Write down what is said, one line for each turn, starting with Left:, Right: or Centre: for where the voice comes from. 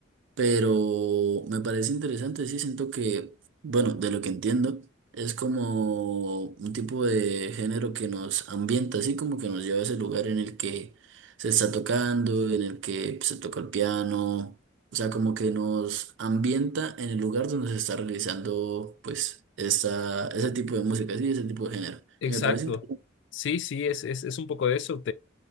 Right: Pero me parece interesante, sí, siento que, bueno, de lo que entiendo, es como un tipo de género que nos ambienta, así como que nos lleva a ese lugar en el que se está tocando, en el que se toca el piano, o sea, como que nos ambienta en el lugar donde se está realizando, pues, esa, ese tipo de música, sí, ese tipo de género.
Left: Exacto.
Right: Y me parece interesante.
Left: Sí, sí, es, es, es un poco de eso.